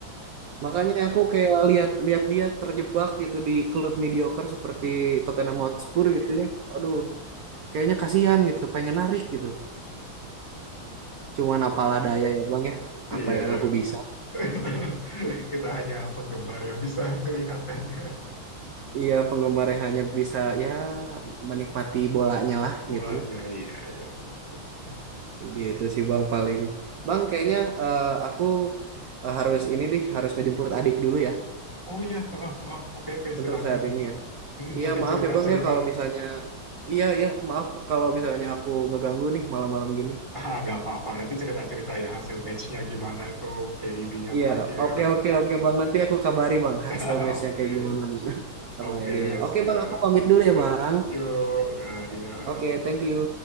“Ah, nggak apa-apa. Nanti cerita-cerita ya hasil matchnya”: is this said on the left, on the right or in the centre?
Left